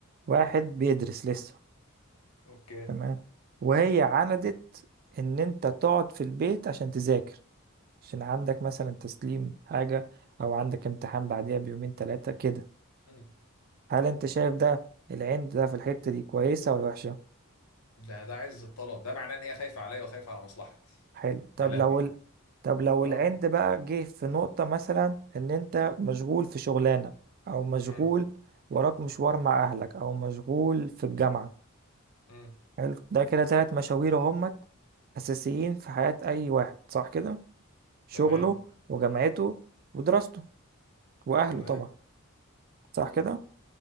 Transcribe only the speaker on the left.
اوكي
مم.
ده ده عز الطلب ده معناه ان هي خايفه عليا وخايفه على مصلحتي
يا لهوي
اه
امم
امم
تمام
تمام
امم